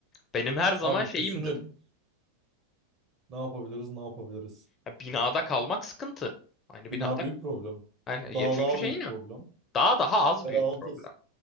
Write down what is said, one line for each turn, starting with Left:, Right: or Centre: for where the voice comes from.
Left: Benim her zaman
Right: Abi
Left: şeyimdir.
Right: düşünelim. Ne yapabiliriz ne yapabiliriz?
Left: Ya, binada kalmak sıkıntı. Aynı binada.
Right: Bina büyük problem.
Left: Yani,
Right: Dağ
Left: ya çünkü
Right: daha
Left: şey
Right: büyük
Left: ne?
Right: problem.
Left: Daha daha az
Right: Yeraltı
Left: büyük problem.
Right: s-